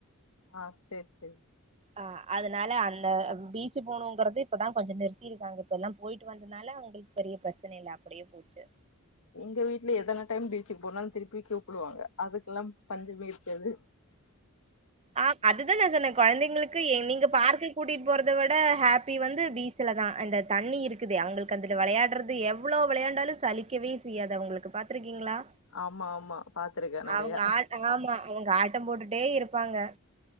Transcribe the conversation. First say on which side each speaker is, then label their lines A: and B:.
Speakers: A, on the left; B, on the right.
A: ஆ செரி செரி
B: அ அதுனால அந்த பீச்சு போனுங்றது இப்பதா கொஞ்ச நிறுத்தி இருக்காங்க இப்பெல்லா போயிட்டு வந்தனால அவுங் உங்களுக்கு பெரிய பிரச்சனை இல்ல அப்டியே போச்சு
A: எங்க வீட்ல எத்தன டைம் பீச்சுக்கு போனாலும் திருப்பி கூப்பிடுவாங்க அதுக் கெல்லாம் பஞ்சமே இருக்காது
B: ஆ அதுதான் நா சொன்ன குழந்தைங்கலுகு எ நீங்க பார்க்கு கூட்டிட்டு போறத விட ஹாப்பி வந்து பீச்சல தா அந்த தண்ணி இருக்குதே அவ்களுக்கு அதுல விளையாடுறது எவ்ளோ விளையான்டாலும் சலிக்கவே செய்யாது அவங்களுக்கு பாத்துருக்கீங்களா
A: ஆமா ஆமா பாத்துருக்க நெரைய
B: அவங்க ஆ ஆமா அவங்க ஆட்டம் போட்டுட்டே இருப்பாங்க